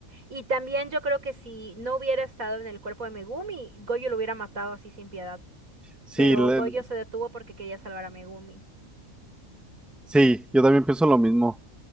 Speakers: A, on the right (about 80°); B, in the centre.
A: Y también yo creo que si no hubiera estado en el cuerpo de Megumi, Goyo lo hubiera matado así sin piedad.
B: Sí,
A: Pero
B: le-
A: Goyo se detuvo porque quería salvar a Megumi.
B: sí, yo también pienso lo mismo.